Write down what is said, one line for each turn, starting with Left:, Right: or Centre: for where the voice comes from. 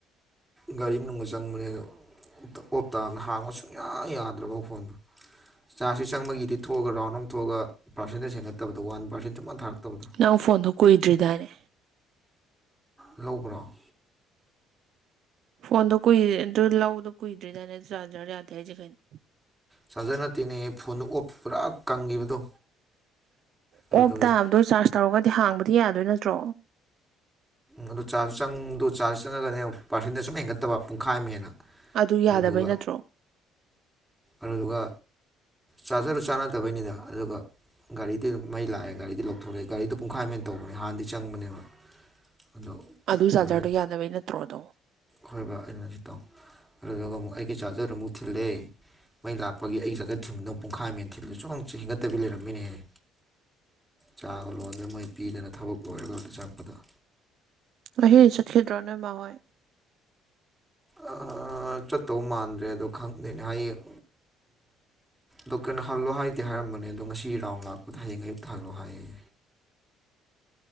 Centre: ꯒꯥꯔꯤ ꯑꯃ ꯅꯅꯨꯡꯒ ꯆꯥꯡ ꯃꯦ ꯑꯗꯣ ꯑꯣꯞꯇꯥꯅ ꯍꯥꯡꯕ ꯁꯨꯡꯌꯥ ꯌꯥꯗ꯭ꯔꯕ ꯐꯣꯟꯗꯣ ꯆꯥꯔꯖꯁꯤ ꯆꯪꯃꯒꯤꯗꯤ ꯊꯣꯛꯑꯒ ꯔꯥꯎꯟ ꯑꯃ ꯊꯣꯛꯑꯒ ꯄꯔꯁꯦꯟꯇꯦꯖ ꯍꯦꯟꯒꯠꯇꯕꯗꯣ ꯋꯥꯟ ꯄꯥꯔꯁꯦꯟ ꯆꯞꯥꯟ ꯊꯥꯔꯛꯇꯕꯗꯣ
Right: ꯅꯪ ꯐꯣꯟꯗꯣ ꯀꯨꯏꯗ꯭ꯔꯤꯗꯥꯏꯔꯦ
Centre: ꯂꯧꯕ꯭ꯔꯣ
Right: ꯐꯣꯟꯗꯣ ꯀꯨꯏ ꯑꯗꯨ ꯂꯧꯗꯣ ꯀꯨꯏꯗ꯭ꯔꯤꯗꯥꯏꯅ ꯆꯥꯔꯖ ꯌꯥꯗꯦ ꯍꯥꯏꯁꯦ ꯀꯩꯅꯣ
Centre: ꯆꯥꯔꯖꯔ ꯅꯠꯇꯦꯅꯦ ꯐꯣꯟꯗꯨ ꯑꯣꯞ ꯄꯨꯔꯥ ꯀꯪꯈꯤꯕꯗꯣ ꯑꯗꯨꯗꯨꯒꯤ
Right: ꯑꯣꯞ ꯇꯥꯕꯗꯣ ꯆꯥꯔꯖ ꯇꯧꯔꯒꯗꯤ ꯍꯥꯡꯕꯗꯤ ꯌꯥꯗꯣꯏ ꯅꯠꯇ꯭ꯔꯣ
Centre: ꯑꯣ ꯆꯥꯔꯖ ꯆꯪꯗꯣ ꯆꯥꯔꯖ ꯆꯪꯉꯒꯅꯦ ꯄꯥꯔꯁꯦꯟꯇꯦꯖ ꯁꯨꯝ ꯍꯦꯟꯒꯠꯇꯕ ꯄꯨꯡꯈꯥꯏ ꯑꯃ ꯍꯦꯟꯅ
Right: ꯑꯗꯨ ꯌꯥꯗꯕꯩ
Centre: ꯑꯗꯨꯗꯨꯒ
Right: ꯅꯠꯇ꯭ꯔꯣ
Centre: ꯑꯗꯨꯗꯨꯒ ꯆꯥꯔꯖꯔꯗꯨ ꯆꯥꯟꯅꯗꯕꯩꯅꯤꯗ ꯑꯗꯨꯒ ꯒꯥꯔꯤꯗꯤ ꯃꯩ ꯂꯥꯛꯑꯦ ꯒꯥꯔꯤꯗꯤ ꯂꯧꯊꯣꯔꯛꯑꯦ ꯒꯥꯔꯤꯣ ꯄꯨꯡꯈꯥꯏꯃꯦꯟ ꯇꯧꯕꯅꯦ ꯍꯥꯟꯗꯤ ꯆꯪꯕꯅꯦꯕ ꯑꯗꯣ
Right: ꯑꯗꯨ ꯆꯥꯔꯖꯔꯗꯨꯣ
Centre: ꯑꯗꯨꯃꯨꯛ
Right: ꯌꯥꯗꯕꯩ ꯅꯠꯇ꯭ꯔꯣꯗꯣ
Centre: ꯍꯣꯏꯕ ꯑꯩꯅ ꯍꯥꯏꯁꯤ ꯇꯥꯎ ꯑꯗꯨꯗꯒ ꯑꯃꯨꯛ ꯑꯩꯒꯤ ꯆꯥꯔꯖꯔꯗ ꯑꯃꯨꯛ ꯊꯤꯜꯂ‌ꯦ ꯃꯩ ꯂꯥꯛꯄꯒꯤ ꯑꯩꯒꯤ ꯆꯥꯖꯔ ꯊꯤꯟꯕꯗꯨ ꯄꯨꯡꯈꯥꯏꯃꯍ‌ꯦꯟ ꯊꯤꯟꯂꯨꯆ‌ꯣꯅ ꯍꯦꯟꯒꯠꯇꯕꯤ ꯂꯩꯔꯝꯃ‌ꯦꯅꯦꯍ‌ꯦ ꯆꯥꯒ ꯂꯣꯟꯗꯅ ꯃ‌ꯣꯏ ꯄꯤꯗꯅ ꯊꯕꯛ ꯂꯣꯏꯔꯒ ꯆꯪꯉꯛꯄꯗ‌ꯣ
Right: ꯉꯁꯤꯗꯤ ꯆꯠꯈꯤꯗ꯭ꯔ‌ꯣ ꯅ‌ꯣꯏꯃꯥ ꯍ‌ꯣꯏ
Centre: ꯑ ꯆꯠꯇꯧ ꯃꯥꯟꯗ꯭ꯔꯦ ꯑꯗꯣ ꯈꯪꯗ‌ꯦꯅꯦ ꯍꯌꯦꯡ ꯗꯣꯛꯇꯔꯅ ꯍꯜꯂꯣ ꯍꯥꯏꯗꯤ ꯍꯥꯏꯔꯝꯕꯅꯦ ꯑꯗꯣ ꯉꯁꯤ ꯔꯥꯎꯟ ꯂꯥꯛꯄꯗ ꯍꯌꯦꯡ ꯑꯌꯨꯛꯇ ꯍꯜꯂꯣ ꯍꯥꯏꯌꯦ